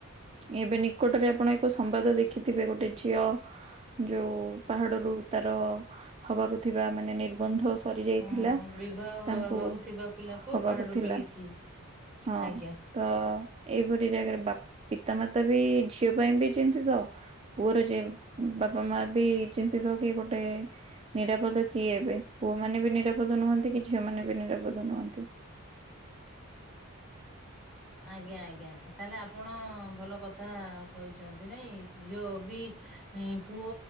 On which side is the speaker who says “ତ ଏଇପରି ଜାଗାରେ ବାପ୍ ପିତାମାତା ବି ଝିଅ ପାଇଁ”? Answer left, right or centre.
Right